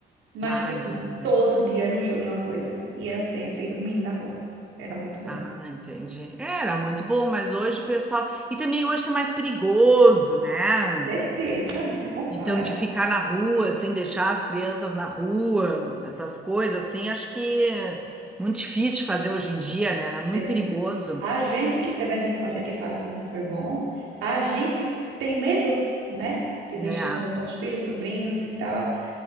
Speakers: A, on the right (about 80°); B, in the centre.
A: Mas,
B: Ah,
A: tipo assim,
B: entendi.
A: todo dia era um jogo e uma coisa. E era sempre os meninos na rua. Era muito bom.
B: Ah, entendi. Era muito bom, mas hoje o pessoal. E também hoje tá mais perigoso, né?
A: Certeza, né? Se compara,
B: Então, de ficar na rua, sem deixar as crianças na rua, essas coisas assim, acho que é muito difícil de fazer hoje em dia, né? Era muito
A: é difícil.
B: perigoso.
A: A gente que teve essa infância que sabe como foi bom, a gente tem medo, né? De deixar
B: É,
A: os nossos filhos, sobrinhos e tal.